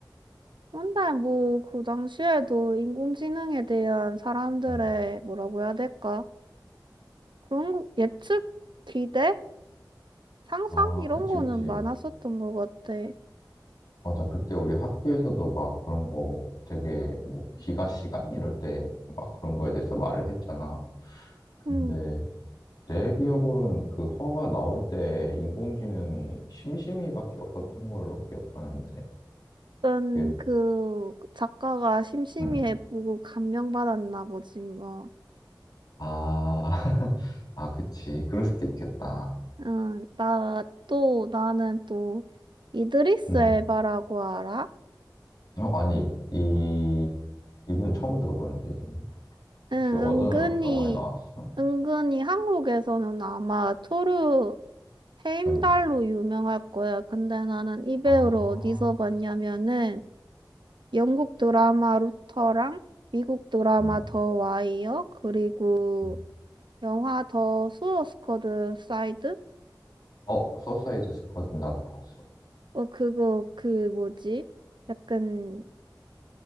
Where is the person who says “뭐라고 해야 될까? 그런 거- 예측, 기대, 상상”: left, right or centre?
Right